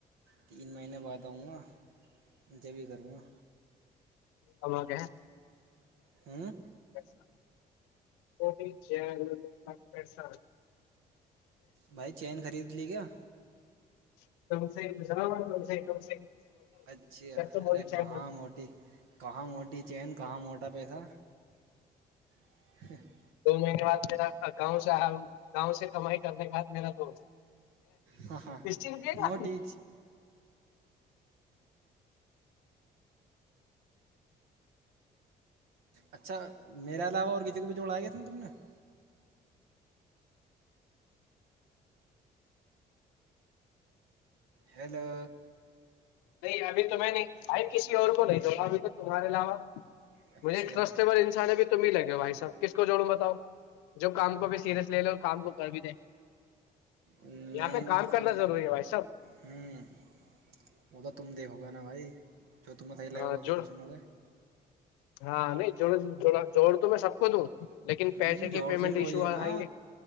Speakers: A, on the right; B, on the left.
A: تین مہینے بعد آؤں گا جبھی کروں گا
B: آوگ
A: ہوں
B: مسا کوٹی ج پسا
A: بھائی چین خرید لی کیا
B: <inaudible>
A: اچھی
B: جب تو موٹی
A: ارے
B: چائ
A: کہاں موٹی کہاں موٹی چین کہاں موٹا پیسہ <unintelligible>
B: دو مہینے بعد میرا گاؤں سے آیا گاؤں سے کمائی کرنے کے بعد میرا دوست
A: ہاہا
B: اسٹی روپے کا
A: موٹی <inaudible> اچھا میرے علاوہ اور کسی کو بھی جوڑایا گیا تھا نا تم نے <inaudible> ہیلو
B: نہیں ابھی تو میں نے بھائی کسی اور کو نہیں <inaudible> ابھی تو تمہارے علاوہ
A: اچھا
B: مجھے ٹرسٹب انسان بھی تو م ل گے بھائی صحب کس کو جوڑوں بتاؤں جو کام کو بھی سیریس لے لے اور کام کو کر بھی دے
A: نہیں
B: یہاں پہ
A: وہ
B: کام
A: تو
B: کرنا ضروری ہے بھائی صاب <unintelligible>
A: ہوں <unintelligible> وہ تو تم دیکھو گے نا بھائی <unintelligible> جو ت میں تھ لے
B: ہاں
A: تھے
B: جوڑ
A: تو چو ن ہو گئے <unintelligible>
B: ہاں نہیں جو جور تو میں سب <unintelligible> کو <unintelligible> لیکن
A: ہوں
B: پیسے
A: جوڑ
B: کے پیمنٹ
A: پھر
B: ایشو
A: وہی ہے نا
B: آ آیں گے